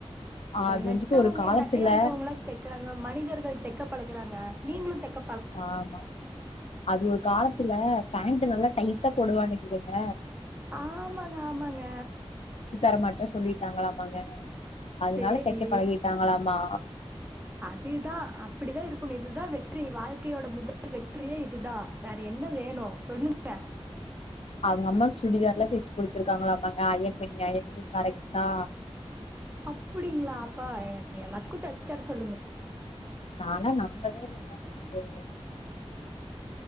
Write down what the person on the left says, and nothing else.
அது
வந்துட்டு ஒரு காலத்துல
ஆமா அது ஒரு காலத்துல பேண்ட் நல்லா டைட் போடுவான்னுக்குதுங்க
தரமாட்டன் சொல்லிட்டாங்களாமங்க அதனால
தைக்க பழகிட்டாங்களாமா
அவங்க அம்மா சுடிதார் எல்லாம் தே்சு குடுத்துருக்காங்களா அப்பங்க அயன்மணி அயன்மணி கரெக்ட்டா
நானா நம்பவே இல்லைங்க ஸ